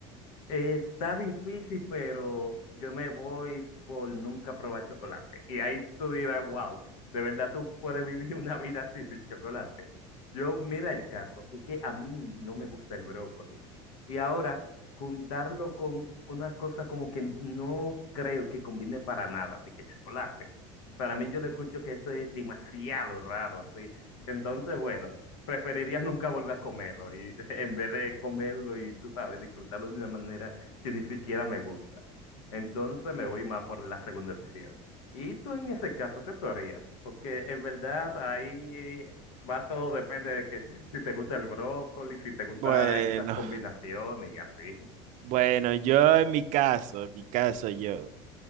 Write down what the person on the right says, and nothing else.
Bueno.
Bueno, yo en mi caso, en mi caso yo,